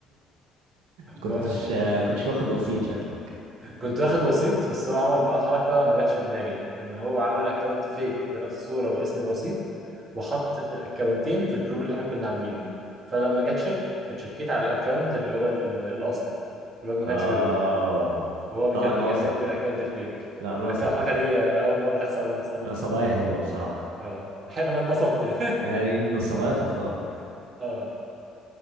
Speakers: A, on the right; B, on the right.
A: كنتش
B: <laughs>
A: آه، كنتش واخد وسيط شكلك
B: كنت واخد وسيط بس هو عمل بقى حركة ما جاتش في دماغي ان هو عمل اكونت فيك بنفس الصورة واسم الوسيط وحط الاكونتين في الجروب اللي احنا كنا عاملينه فلما جه تشيك اتشكيت على الاكونت اللي هو ال- الاصلي الواد ما كانش
A: اه
B: بيرد وهو
A: لا
B: كان
A: انا
B: بيكلمني
A: صح
B: بالاكونت الفيك
A: لا انا
B: كان
A: صح
B: الحركة دي اول مرة تحصل لي بصراحة
A: نصبايا حلوه بصراحه
B: اه حلو انا انبسطت يعني
A: يعني نصبايا تحترم
B: <laughs> اه